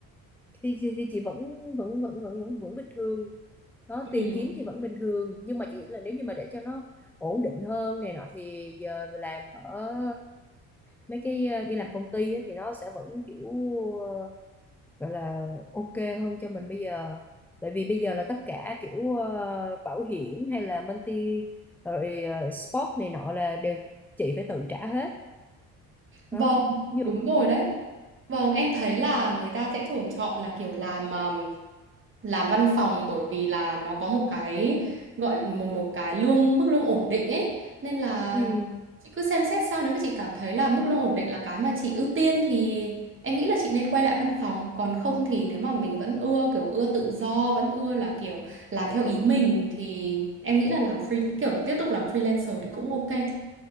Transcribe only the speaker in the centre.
thì, thì, thì chị vẫn vẫn vẫn vẫn vẫn, vẫn bình thường đó
tiền kiếm thì vẫn bình thường nhưng mà chị nghĩ là nếu như mà để cho nó ổn định hơn này nọ thì giờ làm ở mấy cái ờ, đi làm công ty á, thì nó sẽ vẫn kiểu ờ, gọi là ok hơn cho mình bây giờ bởi vì bây giờ là tất cả kiểu ờ, bảo hiểm hay là multi rồi ờ, sport này nọ là đều chị phải tự trả hết
đó ví
dụ
ừ.